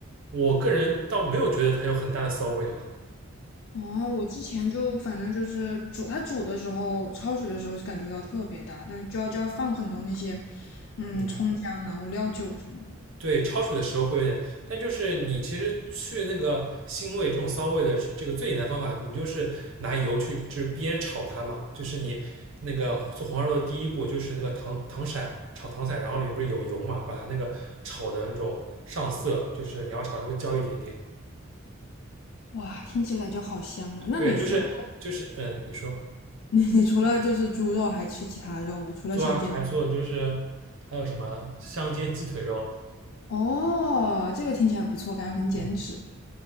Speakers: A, on the right (about 70°); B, on the left (about 65°).
A: 我个人倒没有觉得它有很大的骚味啊，
B: 哦，我之前就反正就是煮它煮的时候，焯水的时候就感觉到特别大，但就要就要放很多那些嗯葱姜，
A: 嗯。
B: 然后料酒什么的。
A: 对，焯水的时候会有点，但就是你其实去那个腥味这种骚味的这个最简单的方法，你就是拿油去就是煸炒它嘛，就是你那个做黄烧肉的第一步就是那个糖糖色炒糖色，然后里面不是有油嘛，把它那个炒的那种上色，就是你要炒稍微焦一点点。
B: 哇，听起来就好香啊！那你除了
A: 对，就是就是嗯，你说
B: <laughs> 你你除了就是猪肉，还吃其他肉吗？除了香煎？
A: 做啊，还做就是还有什么香煎鸡腿肉，
B: 哦，这个听起来不错，感觉很减脂。
A: 嗯。